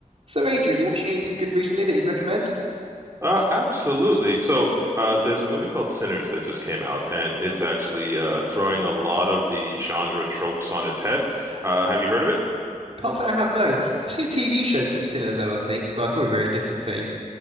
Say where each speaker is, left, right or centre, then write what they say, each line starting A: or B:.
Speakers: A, on the right; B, on the right.
A: So, Adrian, you watching anything good recently that you'd recommend?
B: Uh, absolutely. So, uh, there's a movie called Sinners that just came out, and it's actually uh, throwing a lot of the genre tropes on its head. Uh, have you heard of it?
A: Can't say I have, no. I've seen a TV show called Sinner, though, I think, but probably a very different thing.